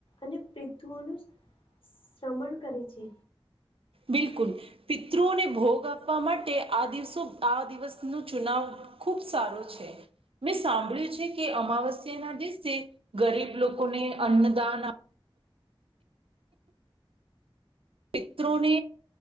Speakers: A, on the left (about 65°); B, on the right (about 75°).
A: અને પિતુઓનું શ્રમરણ કરે છે.
B: બિલકુલ પિત્રુને ભોગ આપવાથી આપવા માટે આ દિવસનો‌ ચુનાવ ખુબ સારો છે. મેં સાંભળ્યું છે કે અમાવસ્યા ના દિવસે ગરીબ લોકોને અન્નદાન આપવામાં આવે છે. પિત્રોને